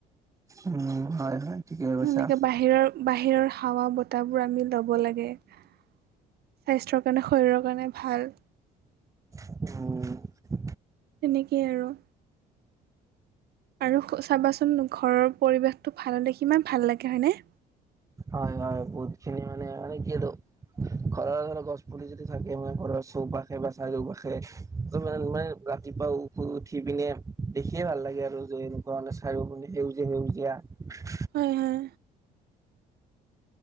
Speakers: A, on the right; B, on the right.
A: উম, হয়, হয়। ঠিকে কৈছা।
B: এনেকে বাহিৰৰ-বাহিৰৰ হাৱা বতাবোৰ আমি ল'ব লাগে। স্বাস্থ্যৰ কাৰণে শৰীৰৰ কাৰণে ভাল।
A: উম।
B: তেনেকেই আৰু। আৰু চাবাচোন ঘৰৰ পৰিৱেশটো ভাল হলে কিমান ভাল লাগে হয়নে?
A: হয়, হয় বহুতখিনি মানে আৰু কি আৰু ঘৰৰ ধৰা গছ পুলি যদি থাকে মানে ঘৰৰ চৌপাশে বা চাৰিওপাশে, তোমাৰ মানে ৰাতিপুৱা শুই উঠি পিনে দেখিয়ে ভাল লাগে আৰু যে এনেকুৱা মানে চাইও পিনে সেউজীয়া-সেউজীয়া।
B: হয়, হয়।